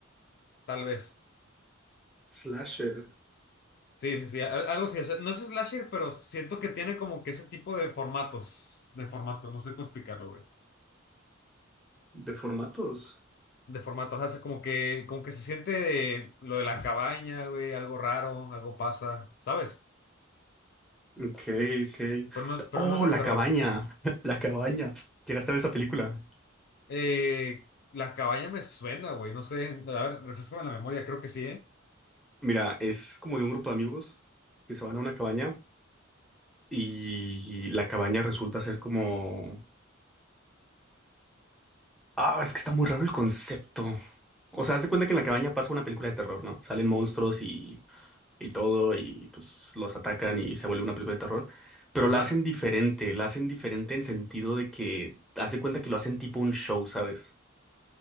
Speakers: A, on the left (about 50°); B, in the centre.
A: tal vez.
B: Slasher
A: Sí, sí, sí, al- algo así. o sea, no es slasher, pero siento que tiene como que ese tipo de formatos, de formato, no sé cómo explicarlo, güey.
B: de formatos.
A: De formato, hace como que, como que se siente de lo de la cabaña, güey, algo raro, algo pasa, ¿sabes?
B: Ok, ok.
A: Pero no, es- pero
B: Oh,
A: no es de
B: La
A: terror.
B: Cabaña. <laughs> La Cabaña. Llegaste a ver esa película.
A: Eh, la cabaña me suena, güey, no sé. A ver, refrescame la memoria, creo que sí, ¿eh?
B: Mira, es como de un grupo de amigos que se van a una cabaña y la cabaña resulta ser como... Ah, es que está muy raro el concepto. O sea, haz de cuenta que en la cabaña pasa una película de terror, ¿no? Salen monstruos y. y todo, y pues los atacan y se vuelve una película de terror, pero
A: Ajá.
B: la hacen diferente, la hacen diferente en sentido de que haz de cuenta que lo hacen tipo un show, ¿sabes?